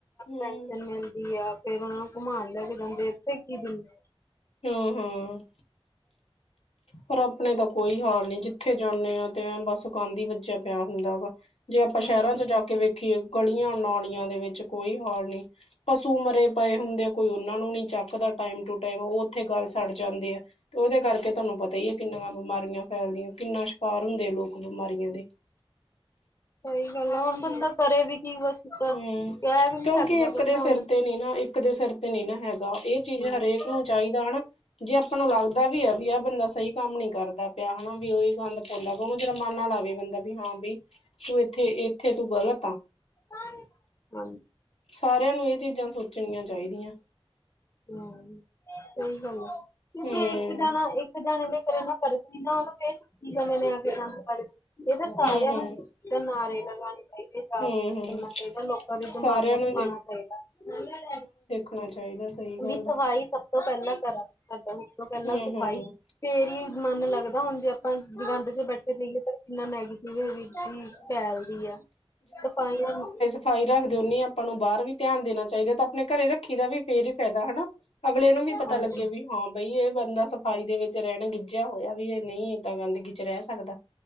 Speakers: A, on the left; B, on the left.
A: ਹਮ
B: ਪੈਨਸ਼ਨ ਮਿਲਦੀ ਆ, ਫੇਰ ਓਨਾਂ ਨੂੰ ਘੁਮਾਣ ਲੈ ਕੇ ਜਾਂਦੇ। ਏਥੇ ਕੀ ਦਿੰਦੇ।
A: ਹੂੰ-ਹੂੰ। ਪਰ ਆਪਣੇ ਤਾਂ ਕੋਈ ਹਾਲ ਨੀ, ਜਿੱਥੇ ਜਾਂਦੇ ਆ ਤੇ ਬਸ। ਗੰਦ ਈ ਵੱਜਿਆ ਪਿਆ ਹੁੰਦਾ ਵਾ, ਜੇ ਆਪਾਂ ਸ਼ਹਿਰਾਂ
B: ਹੂੰ
A: ਚ ਜਾ ਕੇ ਵੇਖੀਏ। ਗਲੀਆਂ-ਨਾਲੀਆਂ ਦੇ ਵਿੱਚ ਕੋਈ ਹਾਲ ਨਹੀਂ। ਪਸੂ ਮਰੇ ਪਏ ਹੁੰਦੇ ਆ, ਕੋਈ ਓਨਾਂ ਨੂੰ ਨੀ ਚੱਕਦਾ ਟਾਈਮ ਟੂ ਟਾਈਮ ਉਹ ਉਥੇ ਗੱਲ ਸੜ ਜਾਂਦੇ ਆ, ਤੇ ਓਦੇ ਕਰਕੇ ਤੁਹਾਨੂੰ ਪਤਾ ਈ ਐ, ਕਿੰਨੀਆਂ ਬਿਮਾਰੀਆਂ ਫੈਲਦੀਆਂ ਕਿੰਨਾ ਸ਼ਿਕਾਰ ਹੁੰਦੇ ਆ, ਲੋਕ ਬਿਮਾਰੀਆਂ ਦੇ।
B: ਸਹੀ ਗੱਲ ਹੈ, ਹੁਣ ਬੰਦਾ ਕਰੇ ਵੀ ਕੀ? ਕਹਿ
A: ਹੂੰ,
B: ਵੀ ਨੀ
A: ਕਿਉਂਕਿ
B: ਸਕਦਾ
A: ਇੱਕ
B: ਕੁਛ
A: ਦੇ ਸਿਰ
B: ਹੁਣ
A: ਤੇ ਨੀ ਨਾ ਇੱਕ ਦੇ ਸਿਰ ਤੇ ਨੀ ਨਾ ਹੈਗਾ, ਏਹ ਚੀਜ਼
B: ਹਾਂ-ਹਾਂ
A: ਹਰੇਕ ਨੂੰ ਚਾਹੀਦਾ ਹਨਾ ਜੇ ਆਪਾਂ ਨੂੰ ਲੱਗਦਾ ਵੀ ਆ, ਵੀ ਆਹ ਬੰਦਾ ਸਹੀ ਕੰਮ ਨੀ ਕਰਦਾ ਪਿਆ, ਹਨਾ ਓਹੀ ਗੰਦ ਪਾਉਂਦਾ ਵਾ, ਓਨੂੰ ਜੁਰਮਾਨਾ ਲਾਵੇ ਬੰਦਾ। ਵੀ ਹਾਂ ਬਈ, ਤੂੰ ਇੱਥੇ-ਇੱਥੇ ਤੂੰ ਗਲਤ ਆ।
B: <unintelligible> ਹਾਂ
A: ਸਾਰਿਆਂ ਨੂੰ ਇਹ ਚੀਜ਼ਾਂ ਸੋਚਣੀਆਂ ਚਾਹੀਦੀਆਂ।
B: ਹੂੰ ਸਹੀ ਗੱਲ ਐ।
A: ਹੂੰ
B: ਕਿ ਇੱਕ ਜਾਣਾ ਇੱਕ ਜਾਣੇ ਦੇ ਕਰ ਨਾ ਕਰ ਜਿਹਨਾਂ ਉਹਨੂੰ <unintelligible> ਜਾਣਿਆ ਨੇ ਆ ਕੇ ਗੰਦ ਪਾ ਦਿੱਤਾ। ਇਹ ਤਾਂ ਸਾਰਿਆਂ
A: ਹੂੰ ਹੂੰ
B: ਨੂੰ, ਨਾਅਰੇ ਲਗਾਣੇ ਚਾਹੀਦੇ ਆ।
A: ਹੂੰ
B: ਕਰਨਾ
A: ਹੂੰ
B: ਚਾਹੀਦਾ ਲੋਕਾਂ ਦੇ
A: ਸਾਰਿਆਂ
B: ਦਿਮਾਗ 'ਚ
A: ਨੂੰ
B: ਪਾਣਾ ਚਾਹੀਦਾ।
A: ਕਰਨਾ ਚਾਹੀਦਾ ਸਹੀ ਗੱਲ
B: ਵੀ
A: ਆ।
B: ਸਫਾਈ ਸਭ ਤੋਂ ਪਹਿਲਾਂ ਕਰਾਂ ਸਾਡਾ ਸਭ ਤੋਂ ਪਹਿਲਾਂ
A: ਹੂੰ
B: ਸਫਾਈ
A: ਹੂੰ
B: ਫੇਰ ਈ ਮਨ ਲੱਗਦਾ ਹੁਣ ਜੇ ਆਪਾਂ ਗੰਦ 'ਚ ਬੈਠੇ ਰਈਏ ਤਾਂ ਕਿੰਨਾ ਨੈਗੇਟਿਵਿਟੀ ਫੈਲਦੀ ਆ। ਸਫਾਈਆਂ ਨੂੰ
A: ਸਫਾਈ ਰੱਖਦੇ ਓਨੀ ਆਪਾਂ ਨੂੰ ਬਾਹਰ ਵੀ ਧਿਆਨ ਦੇਣਾ ਚਾਹੀਦਾ ਤਾਂ ਆਪਣੇ ਘਰੇ ਰੱਖੀ ਦਾ ਵੀ ਫੇਰ ਹੀ ਫਾਇਦਾ ਹਨਾ। ਅਗਲੇ ਨੂੰ ਵੀ ਪਤਾ
B: ਹਾਂਜੀ
A: ਲੱਗੇ ਵੀ ਹਾਂ ਬਈ ਇਹ ਬੰਦਾ ਸਫ਼ਾਈ ਦੇ ਵਿੱਚ ਰਹਿਣ ਗਿ ਝਿਆ ਹੋਇਆ ਵੀ ਇਹ ਨਹੀਂ ਏਦਾਂ ਗੰਦਗੀ 'ਚ ਰਹਿ ਸਕਦਾ।